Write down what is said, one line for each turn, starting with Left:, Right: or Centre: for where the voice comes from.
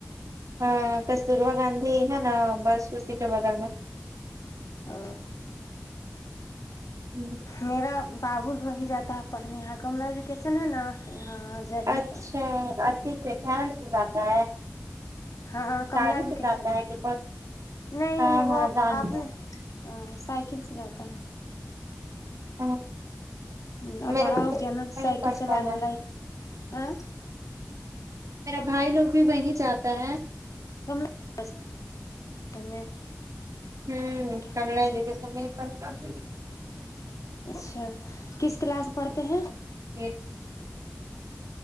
Right: ہ کستوربا گاندھی نا نا بس سو س کے بغل میں
Left: ا
Right: ہوں
Left: میرا بابو بھی وہیں جاتا ہے پڑھنے یہاں کملہ ایجوکیسن ہے نا یہاں جرہی
Right: اچھا
Left: پر
Right: آپ کے سیدھانت زیادہ ہے
Left: ہاں کملا
Right: گاڑی
Left: جی
Right: سے
Left: کسن
Right: جاتا
Left: میں
Right: ہے کہ
Left: نہیں
Right: ہاں
Left: وہ
Right: ہاں جانتے
Left: آپ نے ہاں سائیکل سے جاتا ہے
Right: ہاں
Left: ہوں اب
Right: میرا
Left: بڑا
Right: بھائی
Left: ہو گیا نا
Right: وہیں
Left: سائیکل
Right: پڑھتا
Left: چلانے
Right: ہے
Left: لائق اں
Right: میرا بھائی لوگ بھی وہیں جاتا ہے
Left: <unintelligible> میں
Right: ہوں
Left: اٹھانا
Right: اللہ
Left: اس کا
Right: کی قسم میرے پاس <unintelligible>
Left: اچھا کس کلاس پڑھتے ہیں
Right: وہ